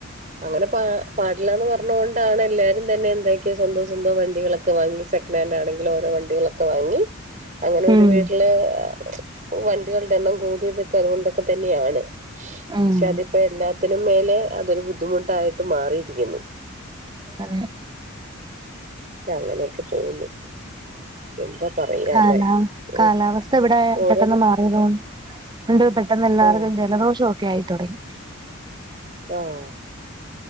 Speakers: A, on the right; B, on the right.
A: അങ്ങനെ പാ പാടില്ലാന്ന് പറഞ്ഞോണ്ടാണ് എല്ലാരും തന്നെ എന്താക്കിയ സ്വന്തം സ്വന്തം വണ്ടികളക്ക വാങ്ങി സെക്കനാന്റാണെങ്കിലോരോ വണ്ടികളൊക്ക വാങ്ങി അങ്ങനൊരു
B: ഉം
A: വീട്ടില് ആ വണ്ടികളുടെ എണ്ണം കൂ ഇതൊക്ക അതുകൊണ്ടൊക്കെ തന്നെയാണ്
B: ഉം
A: പക്ഷെ അതിപ്പ എല്ലാത്തി ന് മേലെ അതൊരു ബുദ്ധിമുട്ടായിട്ടു മാറിയിരിക്കുന്നു
B: അതെ
A: അങ്ങനെക്ക പോകുന്നു എന്താ പറയാല്ലേ
B: കാലാവ്
A: ഓ
B: കാലാവസ്ഥ ഇവിടെ
A: ഓരോ
B: പെട്ടന്ന് മാറിയതോന്ന് ഉണ്ട് പെട്ടന്ന് എല്ലാർക്കും
A: ആഹ്
B: ജലദോഷോ ക്കെ ആയി തുടങ്ങി
A: ആഹ്